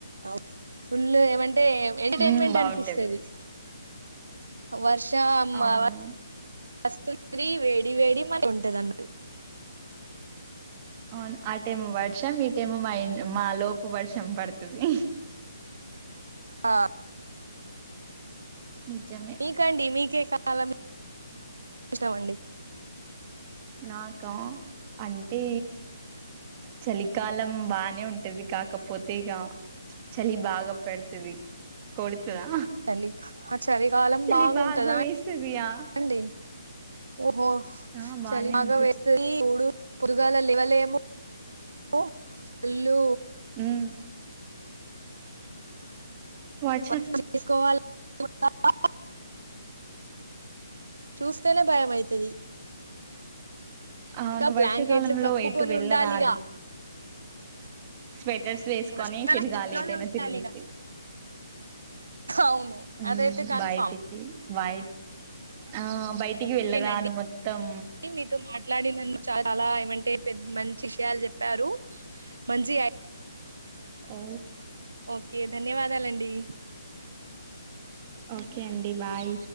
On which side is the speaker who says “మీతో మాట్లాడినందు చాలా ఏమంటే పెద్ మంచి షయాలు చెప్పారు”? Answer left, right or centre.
Right